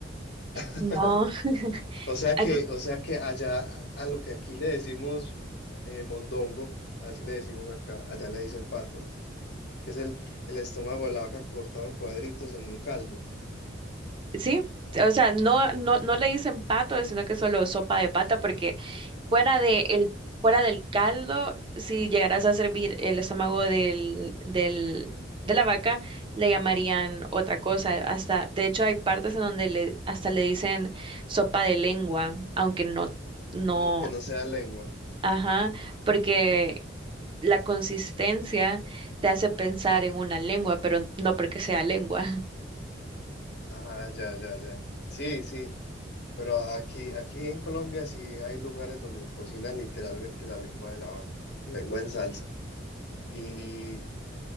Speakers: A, on the left (about 60°); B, on the right (about 25°).
A: <laughs>
B: No, <laughs>
A: O sea
B: aquí
A: que, o sea que allá a lo que aquí le decimos eh, mondongo, así le decimos acá, allá le dicen pato. que es el, el estómago de la vaca cortado en cuadritos en un caldo,
B: sí, o sea, no, no, no le dicen pato, sino que solo sopa de pata, porque fuera de el, fuera del caldo, si llegaras a servir el estómago del, del, de la vaca, le llamarían otra cosa. Hasta, de hecho, hay partes en donde le, hasta le dicen sopa de lengua, aunque no. No,
A: no, que no sea lengua.
B: Ajá, porque la consistencia te hace pensar en una lengua, pero no porque sea lengua. <laughs>
A: Ah, ya, ya, ya. Sí, sí, pero aquí, aquí en Colombia sí hay lugares donde cocinan literalmente la lengua de la vaca, lengua en salsa. Y,